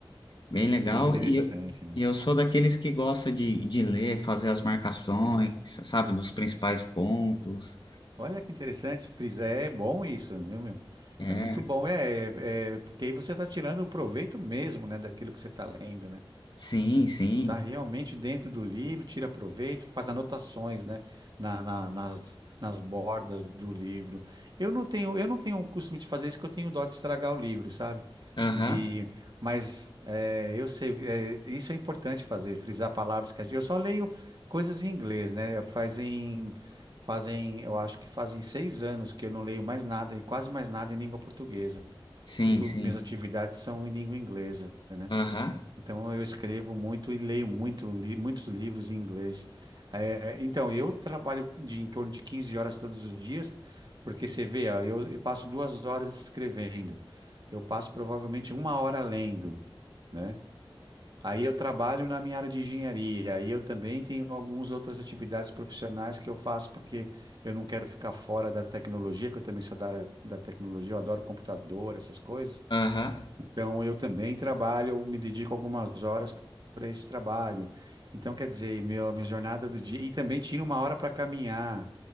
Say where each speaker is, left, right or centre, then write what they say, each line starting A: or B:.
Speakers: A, on the left (about 55°); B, on the right (about 50°).
A: bem legal,
B: bem interessante,
A: e eu,
B: né?
A: e eu sou daqueles que gosta de, de ler, fazer as marcações,
B: Aham.
A: sabe, dos principais pontos,
B: Olha que interessante, frisar, é bom isso, viu, meu?
A: é,
B: É muito bom, é, é- é, porque aí você está tirando o proveito mesmo, né, daquilo que você está lendo, né?
A: sim, sim,
B: Você está realmente dentro do livro, tira proveito, faz anotações, né, na- na- nas, nas bordas do livro. Eu não tenho, eu não tenho o costume de fazer isso, que eu tenho dó de estragar o livro, sabe?
A: aham,
B: De, mas é, eu sei, é, isso é importante fazer, frisar palavras que a gente, eu só leio coisas em inglês, né? Fazem, fazem, eu acho que fazem seis anos que eu não leio mais nada, e quase mais nada em língua portuguesa.
A: sim,
B: Tudo,
A: sim.
B: minhas atividades são em língua inglesa, né?
A: Aham,
B: Então eu escrevo muito e leio muito, li- muitos livros em inglês. É, então eu trabalho de em torno de 15 horas todos os dias, porque você vê, ó, eu, eu passo duas horas escrevendo, eu passo provavelmente uma hora lendo, né? Aí eu trabalho na minha área de engenharia, aí eu também tenho algumas outras atividades profissionais que eu faço porque eu não quero ficar fora da tecnologia, que eu também sou da área da tecnologia, eu adoro computador, essas coisas.
A: aham.
B: Então, eu também trabalho, me dedico algumas horas para esse trabalho. Então, quer dizer, meu, minha jornada do dia. E também tiro uma hora para caminhar.